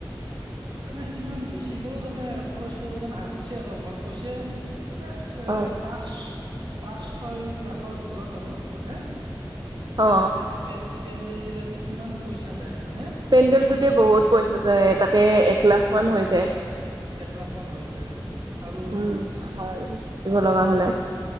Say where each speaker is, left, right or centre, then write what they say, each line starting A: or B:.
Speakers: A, on the right; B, on the right.
A: তেনে সিমান বেছি গলেও মানে খৰচ কৰিবানে হাক দিছে আৰু আমাক কৈছে এ চে
B: অ
A: পাঁচ পাঁচ ছয় লাখৰ ভিতৰত আৰু এনে। তে
B: অ
A: চাকেতাপিন। পেনডেল দিলেটো কিমান পইচা যায়। হয়নে?
B: পেণ্ডেলটোতে
A: মেক্সিমাম
B: বহুত পইচা যায়। তে এক লাখমান হৈ যায়।
A: এক লাখ মান হৈ যায়। আৰু
B: উম ভাল দিব লগা হলে।